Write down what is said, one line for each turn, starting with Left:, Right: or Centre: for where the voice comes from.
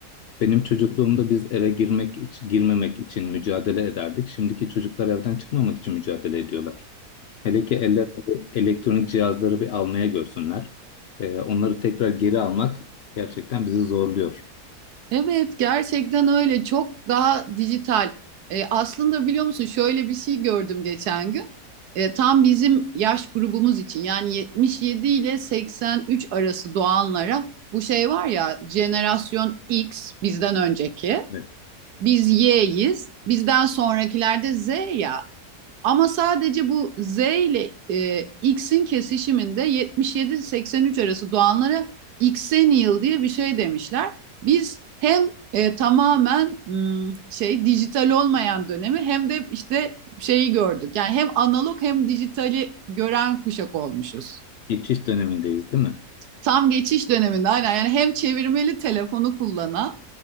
Left: benim çocukluğumda biz eve girmek iç- girmemek için mücadele ederdik. Şimdiki çocuklar evden çıkmamak için mücadele ediyorlar. Hele ki eller bu elektronik cihazları bir almaya görsünler. Ee, onları tekrar geri almak gerçekten bizi zorluyor.
Right: Evet gerçekten öyle çok daha dijital. E, aslında biliyor musun şöyle bir şey gördüm geçen gün. E, tam bizim yaş grubumuz için yani 77 ile 83 arası doğanlara bu şey var ya jenerasyon X bizden önceki.
Left: Evet.
Right: Biz Y'yiz. Bizden sonrakiler de Z ya. Ama sadece bu Z ile e, X'in kesişiminde 77-83 arası doğanlara Xennial diye bir şey demişler. Biz hem e, tamamen hmm, şey dijital olmayan dönemi hem de işte şeyi gördük. Yani hem analog hem dijitali gören kuşak olmuşuz.
Left: Geçiş dönemindeyiz, değil mi?
Right: Tam geçiş döneminde aynen yani hem çevirmeli telefonu kullanan